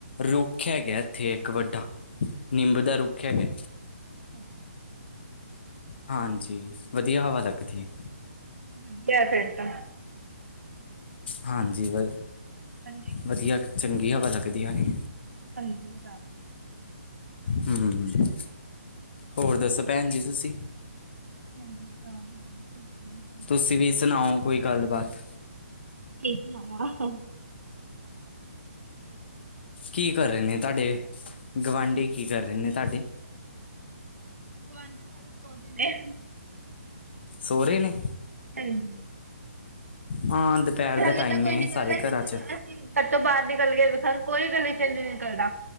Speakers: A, on the left; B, on the right.
A: ਰੁੱਖ ਹੈਗਾ ਇੱਥੇ ਇੱਕ ਵੱਡਾ ਨਿੰਮ ਦਾ ਰੁੱਖ ਹੈਗਾ।
B: ਅੱਛਾ! ਅੱਛਾ! <inaudible>
A: ਹਾਂਜੀ! ਵਧੀਆ ਹਵਾ ਲੱਗਦੀ।
B: ਵਪਿਅ ਕਿਆ ਫੇਰ ਤਾਂ।
A: ਹਾਂਜੀ ਵ
B: ਹਾਂਜੀ!
A: ਵਧੀਆ ਕ ਚੰਗੀ ਹਵਾ ਲੱਗਦੀ ਹੋਣੀ।
B: ਹਾਂਜੀ!
A: ਹੂੰ-ਹੂੰ ਹੋਰ ਦੱਸੋ ਭੈਣ ਜੀ ਤੁਸੀਂ।
B: ਹਾਂਜੀ ਸੁਣਾ ਰਹੀ ਹਾਂ। <inaudible>
A: ਤੁਸੀਂ ਵੀ ਸੁਣਾਓ ਕੋਈ ਗੱਲਬਾਤ।
B: ਕਿ ਸੁਣਾਵਾ।
A: ਕੀ ਕਰ ਰਹੇ ਨੇ ਤੁਹਾਡੇ ਗੁਵਾਂਢੀ ਕੀ ਕਰ ਰਹੇ ਨੇ ਤੁਹਾਡੇ?
B: ਗੁਆਂਢੀ ਸਾਰੇ ਸੌਗੇ ਨੇ।
A: ਸੌ ਰਹੇ ਨੇ।
B: ਹਾਂਜੀ!
A: ਹਾਂ ਦੁਪਹਿਰ
B: ਕਿਉਂਕਿ ਹਲੇ
A: ਦਾ ਟਾਈਮ
B: ਤਾਂ ਕੋਈ
A: ਹੈ
B: ਨਿਕਲਦਾ
A: ਸਾਰੇ
B: ਨਹੀਂ
A: ਘਰਾਂ 'ਚ
B: ਪਆ। ਘਰ ਤੋਂ ਬਾਹਰ ਨਿਕਲ ਕੇ ਗਏ ਸਾਨੂੰ ਕੋਈ ਗਲ਼ੀ ਚੋਂ <inaudible> ਨਹੀਂ ਨਿਕਲਦਾ।